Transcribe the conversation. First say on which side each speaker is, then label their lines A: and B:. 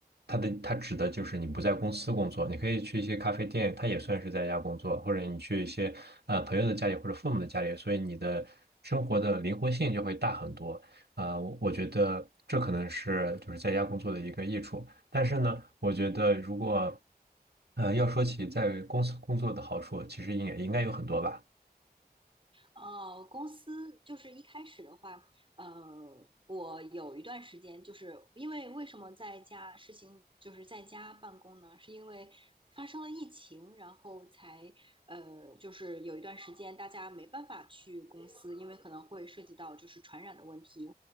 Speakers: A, on the right; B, on the right.
A: 它的它指的就是你不在公司工作，你可以去一些咖啡店，它也算是在家工作，或者你去一些呃朋友的家里或者父母的家里，所以你的生活的灵活性就会大很多。啊、我我觉得这可能是就是在家工作的一个益处。但是呢，我觉得如果呃要说起在公司工作的好处，其实也应该有很多吧。
B: 哦，公司就是一开始的话，呃，我有一段时间就是因为为什么在家实行就是在家办公呢？是因为发生了疫情，然后才呃，就是有一段时间大家没办法去公司，因为可能会涉及到就是传染的问题。